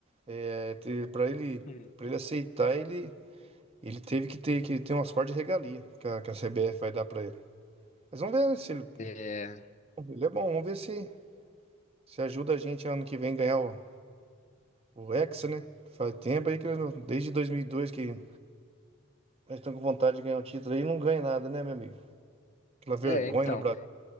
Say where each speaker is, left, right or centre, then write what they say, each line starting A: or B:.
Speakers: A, on the right; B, on the left.
A: É, ter- pra ele,
B: Hum.
A: pra ele aceitar, ele, ele teve que ter, que ter umas partes de regalia que a, que a CBF vai dar pra ele. Mas vamos ver se ele,
B: É,
A: ele é bom, vamos ver se, se ajuda a gente ano que vem ganhar o, O Hexa, né? Faz tempo aí que eu não- desde 2002 que nós estamos com vontade de ganhar um título aí e não ganha nada, né, meu amigo? Aquela vergonha
B: é, então,
A: no Brasil.